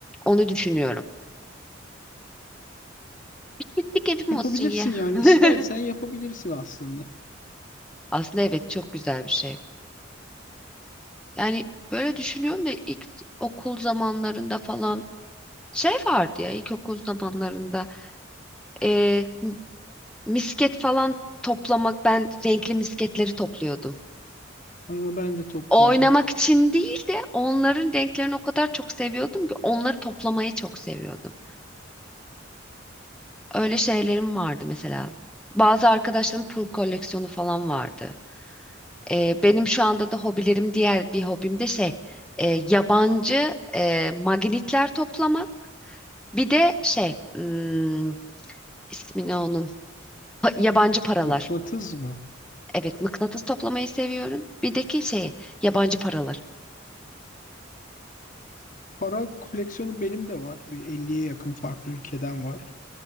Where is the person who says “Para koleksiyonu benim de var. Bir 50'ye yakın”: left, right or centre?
Left